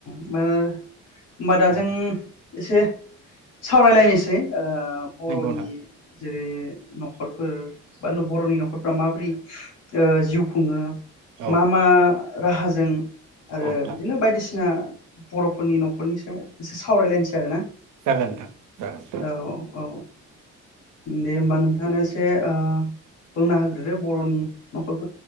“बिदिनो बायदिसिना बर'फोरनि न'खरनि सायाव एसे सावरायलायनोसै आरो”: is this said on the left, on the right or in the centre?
Left